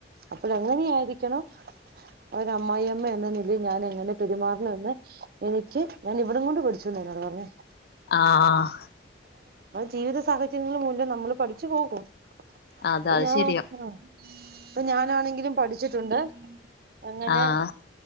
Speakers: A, on the right; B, on the left.
A: അപ്പള് എങ്ങനെയായിരി ക്കണോ- അമ്മായിയമ്മ എന്ന നിലയിൽ ഞാൻ എങ്ങനെ പെരുമാറണമെന്ന് എനിക്ക് ഞാൻ ഇവിടം കൊണ്ടു പഠിച്ചു എന്നോട് പറഞ്ഞത്.
B: ആ ആ
A: ജീവിത സാഹചര്യങ്ങള് മൂലം നമ്മള് പഠിച്ച് പോകും. <unintelligible>
B: അത അത് ശരിയാ
A: ഇപ്പം ഞാനാണങ്കിലും പഠിച്ചിട്ടുണ്ട്. എങ്ങനെ
B: ആഹ്